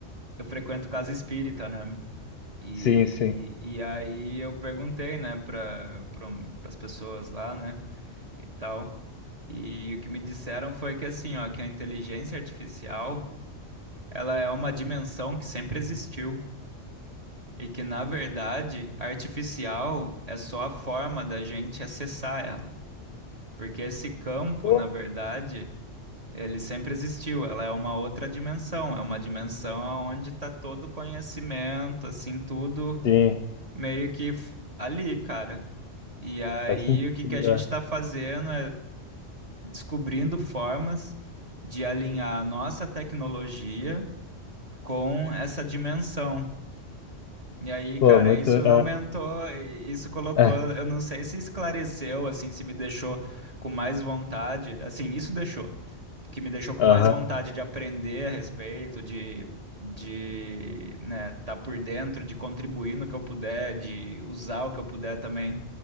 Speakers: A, on the right; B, on the left.
A: eu frequento casa espírita, né? E,
B: sim, sim.
A: e aí eu perguntei, né, para pra, as pessoas lá, né, e tal, e o que me disseram foi que, assim, ó, que a inteligência artificial Ela é uma dimensão que sempre existiu e que, na verdade, artificial é só a forma da gente acessar ela. Porque esse campo,
B: Pô,
A: na verdade, ele sempre existiu. Ela é uma outra dimensão, é uma dimensão onde está todo o conhecimento, assim, tudo
B: Sim,
A: meio que f- ali, cara. E aí,
B: faz sentido.
A: o que que a gente
B: é.
A: está fazendo é descobrindo formas de alinhar a nossa tecnologia com essa dimensão. E aí,
B: Pô,
A: cara,
B: muito.
A: isso
B: é,
A: aumentou, e- isso colocou,
B: é,
A: eu não sei se esclareceu, assim, se me deixou com mais vontade, assim, isso deixou, que me deixou com
B: Aham,
A: mais vontade de aprender a respeito, de, de, né, tá por dentro, de contribuir no que eu puder, de usar o que eu puder também